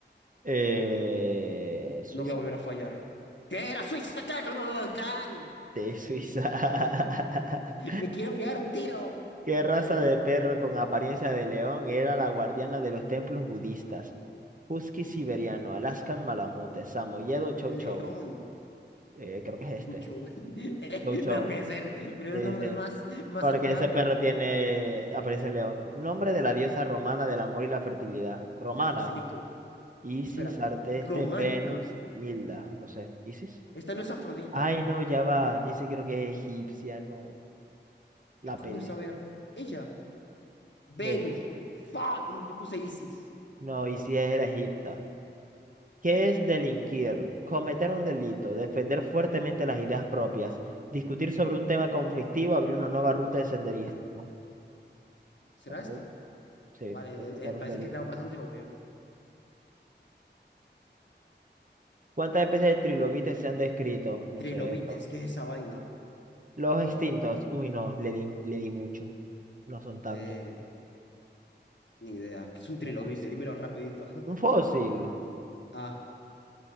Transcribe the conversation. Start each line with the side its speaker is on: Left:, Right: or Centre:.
Right: Eh, ¿Suiza?
Left: No voy a volver a fallar. ¿Qué
Right: Sí,
Left: era Suiza? ¿Qué? No, no, no, no, can.
Right: de Suiza. <laughs>
Left: Me quiero pegar un tiro.
Right: ¿Qué raza de perro con apariencia de león era la guardiana de los templos budistas? Husky siberiano, Alaskan malamute, samoyedo chow
Left: León,
Right: chow. Eh, creo que es este.
Left: Pucho. <laughs> Eh,
Right: Chow chow.
Left: No puede ser, pero era
Right: Sí,
Left: un nombre
Right: sí.
Left: más, más
Right: Porque
Left: adorable
Right: ese perro
Left: pa.
Right: tiene aparece de león. Nombre de la diosa romana del amor y la fertilidad. Romana.
Left: Este es facilito.
Right: Isis,
Left: Espera,
Right: Arteste,
Left: Romana.
Right: Venus, Milda. No sé. ¿Isis?
Left: Esta no es Afrodita.
Right: Ay, no, ya va. Ese creo que es egipcia, no. La
Left: ¿Yo qué
Right: pele
Left: voy a saber? Ella, Venus,
Right: Ven.
Left: ¡Fan! Yo puse Isis.
Right: No, Isis es la egipta. ¿Qué es delinquir? Cometer un delito, defender fuertemente las ideas propias, discutir sobre un tema conflictivo, abrir una nueva ruta de senderismo.
Left: ¿Será
Right: Gabriel,
Left: esto?
Right: Sí,
Left: Vale,
Right: cometer
Left: eh, eh, parece
Right: un delito.
Left: que era bastante obvio.
Right: ¿Cuántas especies de trilobites se han descrito? No
Left: Trilobites,
Right: sé esto.
Left: ¿qué es esa vaina?
Right: Los
Left: Eh,
Right: extintos. Uy, no, le di, le di mucho. No son tantos.
Left: eh, ni idea. ¿Qué es un trilobite?
Right: Me paso.
Left: Dímelo rapidito. <laughs>
Right: Un fósil.
Left: Ah,